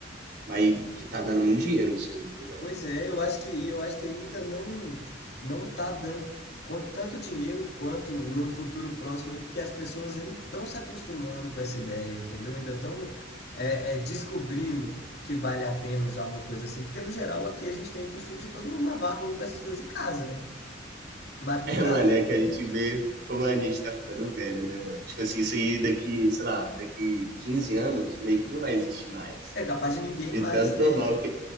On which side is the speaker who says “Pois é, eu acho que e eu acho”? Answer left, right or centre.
Left